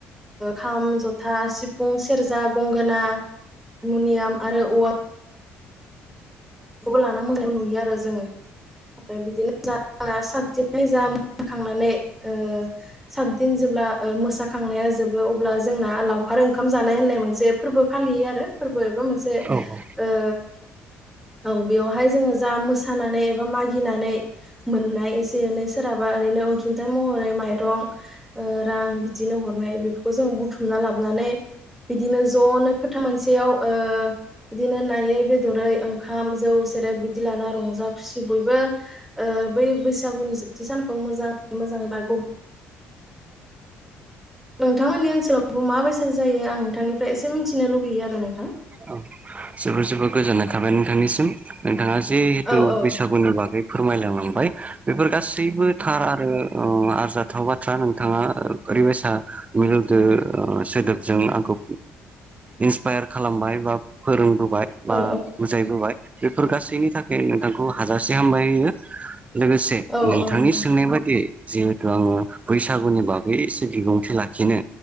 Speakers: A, in the centre; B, on the right.
A: खाम जथा सिफुं सेरजा गंगोना मनियाम आरो वत। लानानाय नुयो आरो जोङो आरो बिदिनो सा क जेनाय जाम जाखांनानै ओ सातदिन जेब्ला ओ मोसाखांनाया जोबो अब्ला जोंना लावखार ओंखाम जानाय होननाय मोनसे फोरबो फालियो आरो फोरबो एबा मोनसे
B: औ औ
A: ओ औ बेवहाय जोङो जा मोसानानै एबा मागिनानै मोननाय एसे एनै सोरहाबा ओरैनो अनसुंथाइ महरै माइरं ओ रां बिदिनो हरनाय बेफोरखौ जों बुथुमना लाबोनानै बिदिनो ज'नो फोथा मोनसेयावोओ बिदिनो नायै बेदरै ओं ओंखाम जौ सेरेब बिदि लाना रंजा खुसि बयबो ओ बै बैसागुनि जोबथि सानखौ मोजाङै मोजाङै दारग होयो। नोंथांमोननि ओनसोलावबो माबायसाद जायो आं नोंथांनिफ्राय एसे मिन्थिनो लुगैयो आरो नोंथां।
B: औ जोबोर जोबोर गोजोननाय थाबाय नोंथांनिसिम नोंथाङा जिहेथु
A: औ औ
B: बैसागुनि
A: नोंथां
B: बागै फोरमायलांलांबाय। बेफोर गासैबो थार आरो आरजाथाव बाथ्रा नोंथाङा ओरैबायसा मिलौदो सोदोबजों आंखौ इन्सपायार खालामबाय बा फोरोंबोबाय बा
A: औ
B: बुजायबोबाय बेफोर गासैनि थाखाय नोंथांखौ हाजासे हामबाय होयो लोगोसे
A: औ
B: नोंथांनि
A: औ नोंथां
B: सोंनाय बाददि? जिहेथु आङो बैसागुनि बागै एसे बिबुंथि लाखिनो